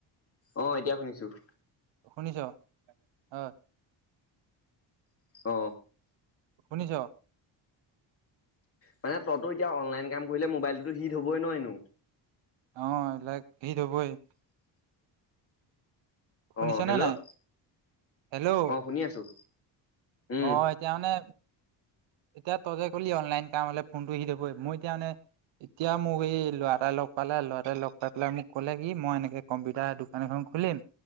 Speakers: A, on the left; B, on the right.
A: অ এতিয়া শুনিছো।
B: শুনিছ অ।
A: অ।
B: শুনিছ।
A: মানে তইতো এতিয়া অনলাইন কাম কৰিলে মোবাইলটোতো শিট হবই এনেইও। <unintelligible>
B: অ ল হিত হবই <unintelligible> শুনিছ
A: অ হেল্ল'
B: নে নাই হেল্ল'
A: অ শুনি আছো। উম,
B: অ এতিয়া মানে এতিয়া ততে কলি অনলাইন কাম হলে ফোনটো সি থবই মই এতিয়া মানে। <unintelligible> এতিয়া মোক এই ল'ৰাএটাই লগ পালে লৰাএটাই লগ পাই পেলাই মোক ক'লে কি মই এনেকে কম্পিউটাৰ দোকান এখন। <unintelligible> খুলিম